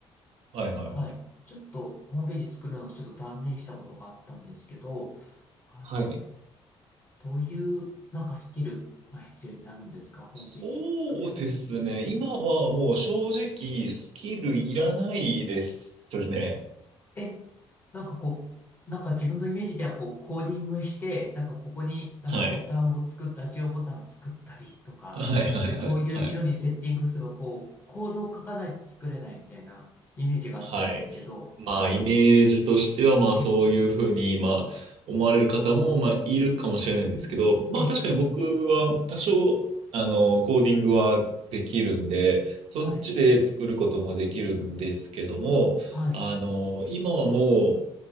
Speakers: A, on the right; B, on the left.
A: はいはいはい。
B: はい。ちょっとホームページ作るのをちょっと断念したことがあったんですけど、はい
A: はい。
B: どういうなんかスキルが必要になるんですかホームページを作れる。
A: そうですね。今はもう正直スキルいらないですね。
B: え、なんかこう、なんか自分のイメージではこう、コーディングして、なんかここになんかボタンを作っ、
A: はい。
B: ラジオボタン作ったりとか、
A: はいはいはいはい。
B: で、こういう色にセッティングすれば、こう、コードを書かないと作れないみたいなイメージがあったんですけど、
A: はい。まあ、イメージとしては、まあ、
B: え、
A: そういうふうに、まあ、思われる方も、まあ、いるかもしれないんですけど、まあ、
B: ええ、
A: 確かに僕は、多少、あの、コーディングはできるんで、そっちで作ることもできるんですけども、
B: はい、はい、
A: あの、今はもう、